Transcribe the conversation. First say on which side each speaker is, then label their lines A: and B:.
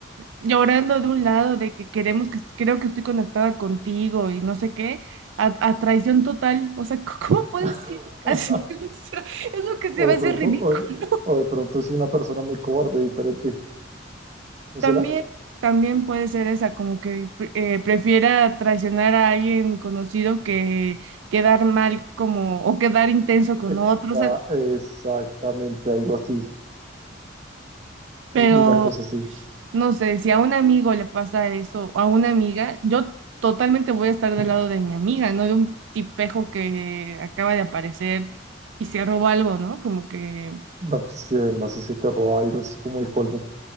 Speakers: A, on the right; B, on the right.
A: llorando de un lado de que queremos que est- creo que estoy conectada contigo y no sé qué, a, a traición total? O sea, <laughs> c- ¿cómo puedes
B: <laughs>
A: ir así? <laughs> O sea, es lo que se
B: O
A: me
B: de
A: hace
B: pronto,
A: ridículo.
B: o, o de pronto es una persona muy cobarde, diferente, ¿no
A: También,
B: será?
A: también puede ser esa, como que pre- eh, prefiera traicionar a alguien conocido que quedar mal como o quedar intenso con
B: Está
A: otros,
B: exactamente algo así,
A: pero
B: alguna cosa así.
A: no sé, si a un amigo le pasa eso, a una amiga, yo totalmente voy a estar del lado de mi amiga, no de un tipejo que acaba de aparecer y se roba algo, ¿no? Como que
B: No, pues eh, más si se te roba algo, es como el colmo.